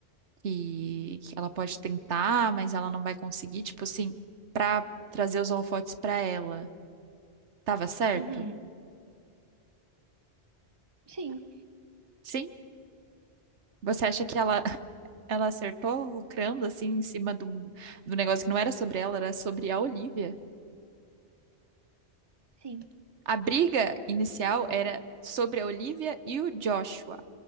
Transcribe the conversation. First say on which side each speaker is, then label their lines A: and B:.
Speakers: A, on the right; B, on the right.
A: que, que ela pode tentar, mas ela não vai conseguir, tipo assim, pra trazer os holofotes pra ela, tava certo?
B: Uhum. Sim,
A: Sim? Você acha que ela Ela acertou lucrando assim em cima do, do negócio que não era sobre ela, era sobre a Olivia.
B: sim.
A: A briga inicial era sobre a Olivia e o Joshua.